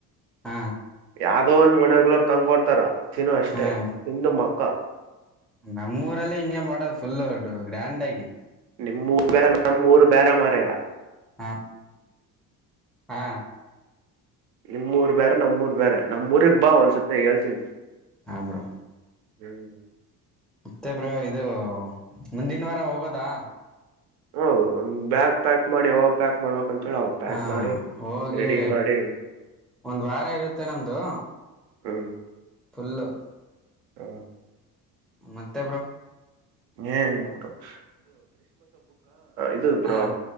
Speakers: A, in the centre; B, on the right (about 70°).
A: ಹ್ಮ,
B: ಯಾವ್ದೋ ಒಂದ್ ಮನೆಗಳೋರ್ ತಂದ್ಕೊಡ್ತಾರ ತಿನ್ನು ಅಷ್ಟೇ
A: ಹ್ಮ
B: ತಿಂದು ಮಕ್ಕ
A: ನಮ್ಮೂರಲ್ಲಿ ಹಿಂಗೆ ಮಾಡೋದು ಫುಲ್. ಸರಿ. ಗ್ರ್ಯಾಂಡ್ ಆಗಿ.
B: ನಿಮ್ ಊರು ಬೇರೆ ನಮ್ ಊರು ಬ್ಯಾರೆ ಮಾರಾಯ.
A: ಆಪ್ ಹಾ.
B: ನಿಮ್ಮೂರ್ ಬೇರೆ ನಮ್ಮೂರ್ ಬೇರೆ ನಮ್ಮೂಊರ್ಗ್ ಬಾ ಒಂದ್ಸತ್ತ ಹೇಳ್ತೇನಿ.
A: ಹಾ ಬ್ರೋ
B: ಹ್ಮ.
A: ಮತ್ತೆ ಬ್ರೋ ಇದು ಮುಂದಿನ ವಾರ ಹೋಗೋದಾ.
B: ಹೌದು. ಬ್ಯಾಗ್ ಪ್ಯಾಕ್ ಮಾಡಿ ಯಾವಾಗ ಪ್ಯಾಕ್ ಮಾಡಬೇಕ್ ಅಂತೇಳ ಪ್ಯಾಕ್
A: ಹಾ
B: ಮಾಡಿ,
A: ಹೋಗಿ
B: ರೆಡಿ ಮಾಡಿ,
A: ಒಂದ್ ವಾರ ಇರುತ್ತೆ ನಮ್ದು
B: ಹ್ಮ್. <inaudible>
A: ಫುಲ್ಲು.. <inaudible>
B: ಹ.. <inaudible>
A: ಮತ್ತೆ, ಬ್ರೋ. <inaudible>
B: ಏನಿಲ್ಲ, ಬಿಟ್. <inaudible> ಇದು ಬ್ರೋ
A: ಹ,